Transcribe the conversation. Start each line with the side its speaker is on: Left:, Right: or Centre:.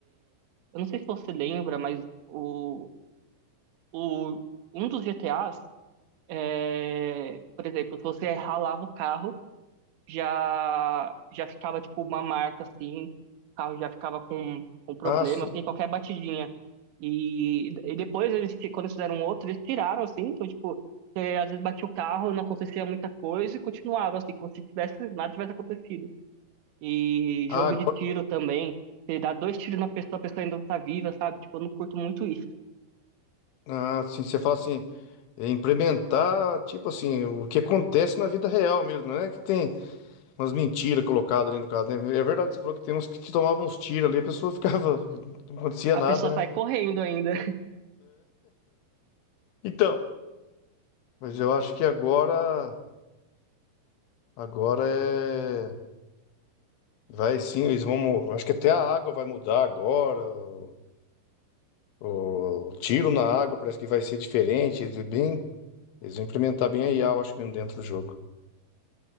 Right: eu não sei se você lembra, mas o, o, um dos GTAs. É, por exemplo, se você ralava o carro, já já ficava tipo uma marca assim, o carro já ficava com, com problema,
Left: Ah, sim.
Right: assim, qualquer batidinha. E, e depois eles, fi- quando eles fizeram um outro, eles tiraram assim, então tipo, você, às vezes batia o carro, não acontecia muita coisa e continuava assim, como se tivesse nada tivesse acontecido. E
Left: Ah,
Right: jogo
Left: agora,
Right: de tiro também, você dá dois tiros na pessoa, a pessoa ainda tá viva, sabe? Tipo, eu não curto muito isso.
Left: ah, sim, você fala assim, é, implementar, tipo assim, o que acontece na vida real mesmo, não é que tem umas mentiras colocadas ali no caso, né? É verdade, você falou que tem uns que tomavam uns tiros ali, a pessoa ficava, <laughs> não acontecia
Right: A
Left: nada,
Right: pessoa sai
Left: né?
Right: correndo ainda.
Left: Então, mas eu acho que agora, agora é, vai sim, eles vão, mu- acho que até a água vai mudar agora, o, o tiro na água parece que vai ser diferente, eles bem, eles vão implementar bem a IA, eu acho mesmo dentro do jogo.